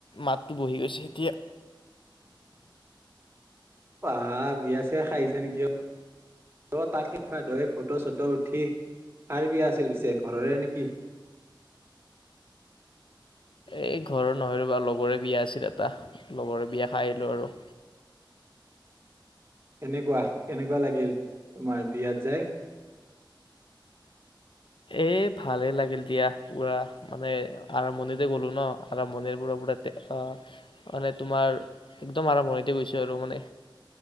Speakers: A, on the left; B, on the right.
A: মাতটো বহি গৈছে এতিয়া
B: বা বিয়া চিয়া খাই আহিছা নেকি অ তাকে ধই ফটো চটো উঠি কাৰ বিয়া আছিল পিছে ঘৰৰে নেকি
A: এই ঘৰৰ নহয়ো বা লগৰে বিয়া আছিল এটা লগৰে বিয়া খাই আহিলো আৰু
B: কেনেকোৱা কেনেকোৱা লাগিল তোমাৰ বিয়াত যাই
A: এ ভালে লাগিল দিয়া পুৰা মানে আৰম্ভণিতে গলো ন আৰম্ভণিৰ পৰা পুৰা আহ মানে তোমাৰ একদম আৰম্ভণিতে গৈছো আৰু মানে